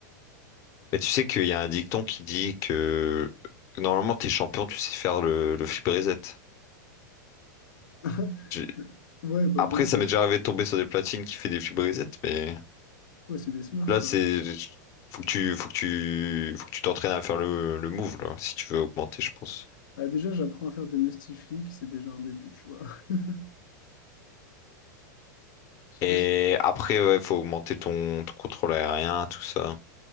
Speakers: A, on the left; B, on the left.
A: Mais tu sais qu'il y a un dicton qui dit que normalement t'es champion, tu sais faire le, le flip reset.
B: <laughs>
A: J'ai-
B: Ouais, bah,
A: Après,
B: bonne chance.
A: ça m'est déjà arrivé de tomber sur des platines qui fait des flip reset, mais
B: Ouais, c'est des smurfs,
A: là
B: quoi.
A: c'est faut que tu faut que tu faut que tu t'entraînes à faire le, le move là, si tu veux augmenter, je pense.
B: Ah, déjà, j'apprends à faire des mestifliques, c'est déjà un début, tu vois. <laughs> Je sais
A: Et
B: pas si...
A: après, ouais, faut augmenter ton, ton contrôle aérien, tout ça.